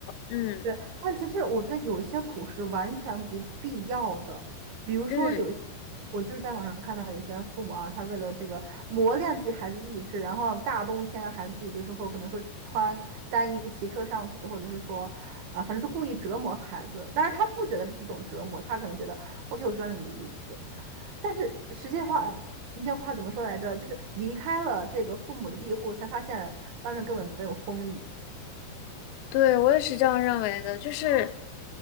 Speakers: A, on the left; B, on the right.
A: 嗯
B: 对，但其实我觉得有一些苦是完全不必要的，比如说有一些
A: 嗯。
B: 我就是在网上看到有些父母啊，他为了这个磨练自己孩子意志，然后大冬天的孩子自己就是会可能说穿单衣骑车上学，或者是说啊、反正是故意折磨孩子，但是他不觉得这是一种折磨，他可能觉得 OK，我锻炼你的意志，但是实际话，你这话怎么说来着？就是离开了这个父母的庇护，才发现外面根本没有风雨。
A: 对，我也是这样认为的，就是